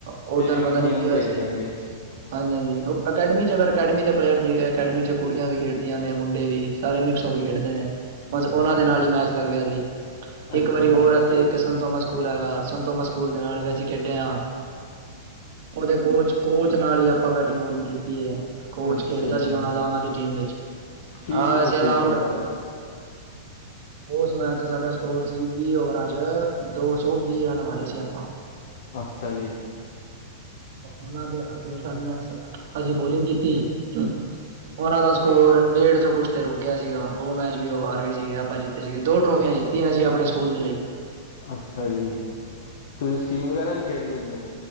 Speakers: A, on the right; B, on the left.
A: ਉਹ
B: ਫੇਰ
A: ਦਿਨ
B: ਵੀ
A: ਪਤਾ
B: ਕੁੜੀਆਂ
A: ਨੀ ਕੀ
B: ਨੂੰ
A: ਹੋਇਆ
B: ਭੇਜਦੇ ਅੱਗੇ।
A: <inaudible> ਹਾਂਜੀ-ਹਾਂਜੀ, ਓ ਅਕੈਡਮੀ ਚ ਅਗਰ ਅਕੈਡਮੀ ਦੇ ਪਲੇਅਰ ਸੀਗੇ ਅਕੈਡਮੀ ਚ ਕੁੜੀਆਂ ਵੀ ਖੇੜਦੀਆਂ ਨੇ ਮੁੰਡੇ ਵੀ ਸਾਰੇ ਮਿਕਸ ਕੇ ਖੇਡਦੇ ਨੇ, ਬਸ ਓਨਾਂ
B: ਅੱਛਾ
A: ਦੇ ਨਾਲ ਈ ਮੈਚ ਲੱਗੇਆ ਸੀ ਤੇ
B: ਅੱਛਾ
A: ਇੱਕ ਵਾਰੀ ਹੋਰ
B: ਜੀ
A: ਐਥੇ ਕਿ ਸੈਨਥੋਮਸ ਸਕੂਲ ਹੈਗਾ, ਸੰਨਥੋਮਸ ਸਕੂਲ ਦੇ ਨਾਲ਼ ਵੀ ਅਸੀਂ ਖੇਡੇ ਆਂ। ਓਦੇ ਕੋਚ, ਕੋਚ ਨਾਲ਼ ਈ ਆਪਾਂ ਬੈਟਿੰਗ ਬੋਲਿੰਗ ਕੀਤੀ ਏ। ਕੋਚ
B: ਅੱਛਾ
A: ਖੇੜਦਾ
B: ਜੀ
A: ਸੀ ਓਣਾ ਦਾ ਓਨਾਂ ਦੀ ਟੀਮ ਵਿੱਚ,
B: ਕੀ
A: ਆ
B: ਸਕੋਰ
A: ਵੈਸੇ
B: ਸੀ
A: ਅਲਾਊਡ
B: ਤੁਹਾਡਾ
A: <inaudible>
B: ਉਹਦਾ
A: ਓਸ ਮੈਚ ਚ ਸਾਡਾ ਸਕੋਰ ਸੀ ਵੀਹ ਓਵਰਾਂ ਚ, ਦੋ-ਸੌ ਵੀਹ ਰਨ ਮਾਰੇ ਸੀ ਆਪਾ।
B: ਅੱਛਾ ਜੀ।
A: ਓਨਾਂ ਦੇ ਸਾਡੇ ਨਾ ਅ, ਅਸੀਂ ਬੋਲਿੰਗ ਕੀਤੀ। ਓਨਾਂ ਦਾ ਸਕੋਰ ਡੇਢ ਸੌ ਕੁਛ ਤੇ ਰੁਕ ਗੇਆ ਸੀਗਾ, ਓਨਾ ਚ ਵੀ ਓ ਮੈਚ ਵੀ ਓ ਹਾਰ ਗੇ ਸੀਗੇ ਆਪਾਂ ਜਿੱਤੇ ਸੀਗੇ ਦੋ ਟਰੋਫੀਆਂ ਜਿੱਤ ਕੀਤੀਆਂ ਸੀ ਆਪਣੇ ਸਕੂਲ ਦੇ ਲਈ।
B: ਅੱਛਾ ਜੀ, ਤੁਸੀਂ ਸਕੀਮ ਵਗੈਰਾ ਵੀ ਖੇੜ ਲੇਂਦੇ ਓ?